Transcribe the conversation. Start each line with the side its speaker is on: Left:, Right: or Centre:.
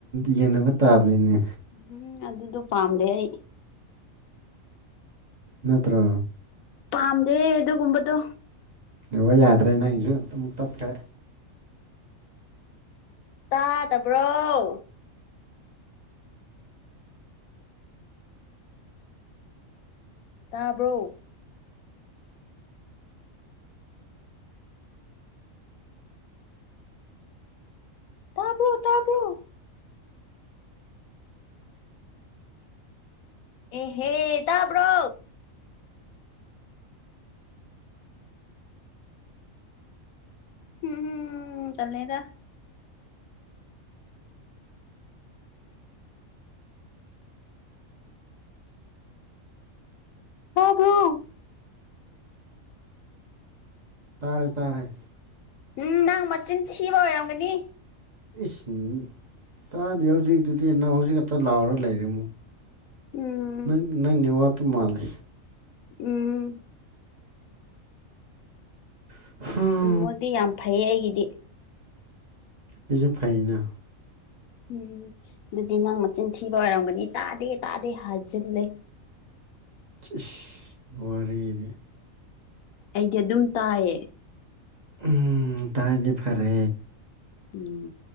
Right: ꯌꯦꯡꯅꯕ ꯇꯥꯕꯅꯤꯅꯦ꯫
Left: ꯎꯝ ꯑꯗꯨꯗꯣ ꯄꯥꯝꯗꯦ ꯑꯩ꯫
Right: ꯅꯠꯇ꯭ꯔꯣ
Left: ꯄꯥꯝꯗꯦ ꯑꯗꯨꯒꯨꯝꯕꯗꯣ
Right: ꯅꯦꯠꯋꯥꯛ ꯌꯥꯗ꯭ꯔꯦ ꯅꯪꯒꯤꯁꯨ ꯑꯃꯨꯛ ꯇꯠꯈ꯭ꯔꯦ꯫
Left: ꯇꯥꯗꯕ꯭ꯔꯣ ꯇꯥꯕ꯭ꯔꯣ ꯇꯥꯕ꯭ꯔꯣ ꯇꯥꯕ꯭ꯔꯣ ꯑꯦꯍꯦ ꯇꯥꯕ꯭ꯔꯣ ꯎꯝ ꯍꯨꯝ ꯇꯦꯜꯂꯦꯗ ꯇꯥꯕ꯭ꯔꯣ
Right: ꯇꯥꯔꯦ ꯇꯥꯔꯦ
Left: ꯎꯝ ꯅꯪ ꯃꯆꯤꯟ ꯊꯤꯕ ꯑꯣꯏꯔꯝꯒꯅꯤ꯫
Right: ꯏꯁ ꯇꯥꯗꯤ ꯍꯧꯖꯤꯛꯇꯨꯗꯤ ꯅ ꯍꯧꯖꯤꯛ ꯈꯛꯇ ꯂꯥꯎꯔ ꯂꯩꯔꯤꯃꯨ꯫
Left: ꯎꯝ꯫
Right: ꯅꯪ ꯅꯪ ꯅꯦꯋꯥꯛꯇꯨ ꯃꯥꯜꯂꯦ꯫
Left: ꯎꯝ꯫
Right: <unintelligible>
Left: ꯏꯉꯣꯗꯤ ꯌꯥꯝ ꯐꯩꯌꯦ ꯑꯩꯒꯤꯗꯤ꯫
Right: ꯑꯩꯁꯨ ꯐꯩꯩꯌꯦꯅ꯫
Left: ꯎꯝ ꯑꯗꯨꯗꯤ ꯅꯪ ꯃꯆꯤꯟ ꯊꯤꯕ ꯑꯣꯏꯔꯝꯒꯅꯤ ꯇꯥꯗꯦ ꯇꯥꯗꯦ ꯍꯥꯏꯖꯤꯜꯂꯦ꯫
Right: ꯏꯁ ꯋꯥꯔꯤꯗꯤ꯫
Left: ꯑꯩꯗꯤ ꯑꯗꯨꯝ ꯇꯥꯏꯌꯦ꯫
Right: ꯎꯝ ꯇꯥꯔꯗꯤ ꯐꯔꯦ꯫
Left: ꯎꯝ